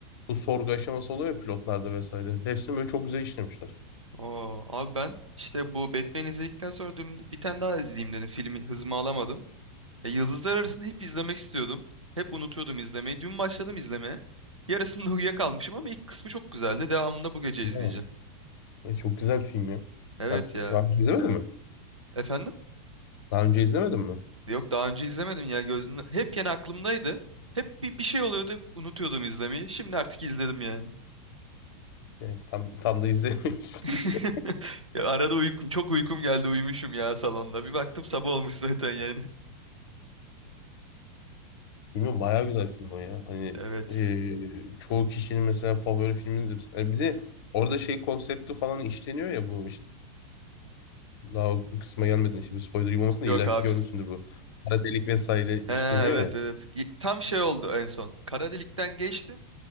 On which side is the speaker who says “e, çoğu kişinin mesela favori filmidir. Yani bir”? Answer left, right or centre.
Left